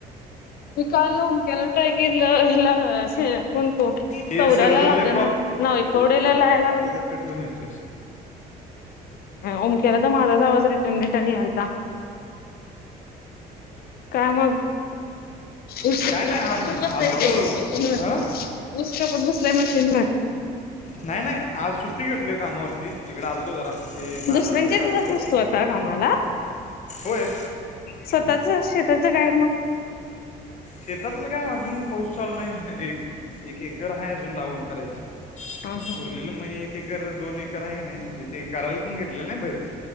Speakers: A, on the left (about 65°); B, on the left (about 45°).
A: मी काल उमक्याला ट्राय केलं हला कोणतो.
B: हे
A: चौऱ्याला
B: सर्व्हर
A: लाग
B: लय
A: नाच ना एकवडे्याला लायला लागणार.
B: कटवून येते अस.
A: ओमक्याला तर माझाच आवाज रिटर्न रिटर्न यालता. काय मग? ऊस
B: काय
A: ऊस
B: नाही आज
A: कापत बसलाय
B: आलतो
A: मशीन ऊस
B: अं?
A: कापत बसलाय मशीन म
B: नाही नाही आज सुट्टी घेेतलोय कामावर, क इकडें आलतो जरा की महाराजांच्या
A: दुसऱ्यांच्या
B: इकडे
A: इथं
B: आलतो
A: जात असतो आता कामाला
B: होय.
A: स्वतःच शेताचं काय मग?
B: शेतातलं काय अजून पाऊस चालू नाय एक एक एकर आहे अजून लावन करायची.
A: हा हा हा
B: उरलेलं मग एक एकर दोन एकर आहे की नाही, म्हणजे ते करायला पण घेतलेलं नाही बाहेरच.